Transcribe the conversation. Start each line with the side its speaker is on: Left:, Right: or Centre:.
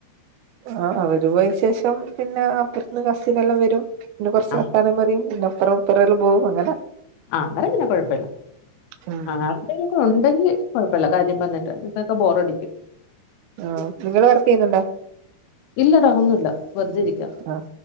Right: ആഹ് അവര് പോയ ശേഷം പിന്നെ അപ്പുറത്തന്ന് കസനെല്ലാം വരും പിന്നെ കുറച്ച്
Left: ആ
Right: വർത്താനം പറയും പിന്നെ അപ്പറം ഇപ്പറല്ലും പോകും അങ്ങനെ
Left: ആഹ് അന്നാല പിന്നെ കൊഴപ്പമില്ല
Right: ഉം
Left: ആഹ് ഉണ്ടെങ്കി കുഴപ്പല്ല കാര്യം പറഞ്ഞിട്ട് നിക്കൊക്കെ ബോറടിക്കും.
Right: ആഹ് ഇങ്ങള് വർക്ക് ചെയ്യുന്നുണ്ടോ?
Left: ഇല്ലെടാ ഒന്നുല്ല വെറുതെ ഇരിക്ക
Right: ആഹ്